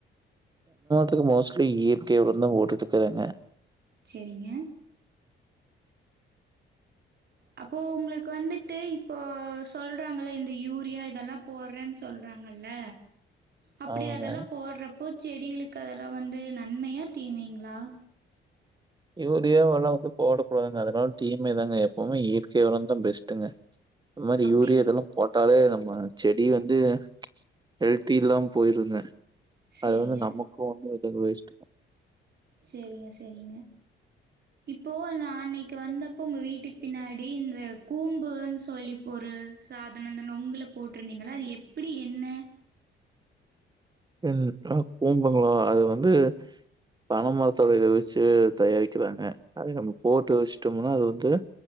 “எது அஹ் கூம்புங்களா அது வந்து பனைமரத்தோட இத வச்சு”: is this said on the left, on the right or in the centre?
Right